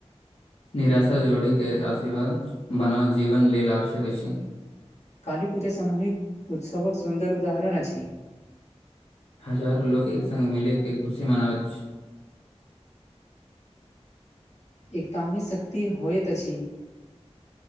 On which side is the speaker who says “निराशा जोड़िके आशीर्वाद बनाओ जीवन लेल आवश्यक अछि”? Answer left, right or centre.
Left